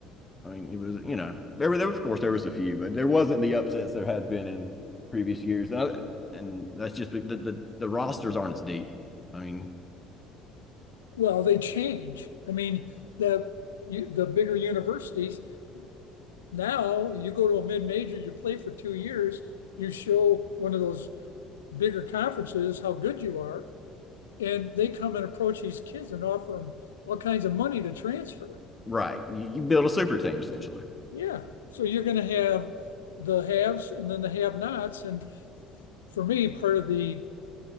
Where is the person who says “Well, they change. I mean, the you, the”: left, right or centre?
Left